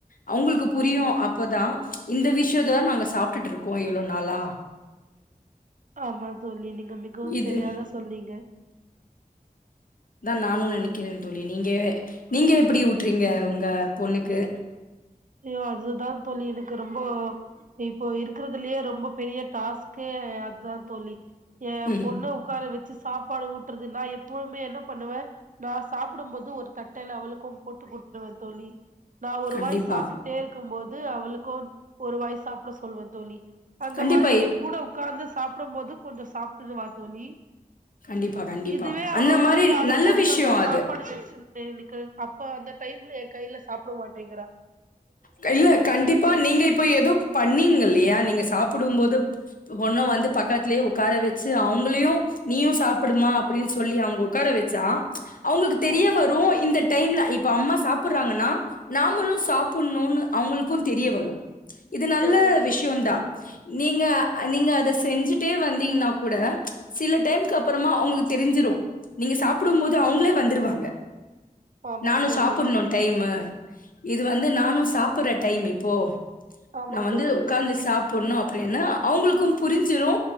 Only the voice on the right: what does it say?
ஆமா
ஆமா தோழி மிகவும்
சரியாக சொன்னீங்க
இல்லயா அது தா தோழி எனக்கு ரொம்போ இப்போ இருக்கிறதுலயே ரொம்ப பெரிய டாஸ்கு அதா தோழி ஏ
பொண்ண உக்கார வெச்சு சாப்பாடு ஊட் ட்ருதுனா எப் பவுமே என்ன பண்ணுவே நா சாப்டும்போது ஒரு தட்டல அவளுகூ போட்டு குடுதுருவ தோழி நா ஒரு
வாய் சாப்டுட்டே இருக்கும்போது அவளுக்கு ஒரு வாய் சாப்ட சொல்வே தோழி அந்த
மாரி என் கூட ஒகாந்து சாப் சாப்டும்போது கொஞ்சோ சாப்டுருவா தோழி
இதுவே அவ
ஓடி ஆடுபோது
நம்ம சாப்பாடு
செஞ்ச் த நிக்ஹ அப்ப அந்த டைம்ல கைல சாப்ட மாட்டேங்கறா
ஆமா
சரியாக
சொல்லுங்க
ஆமா
தோழி
ஆமா
தோழி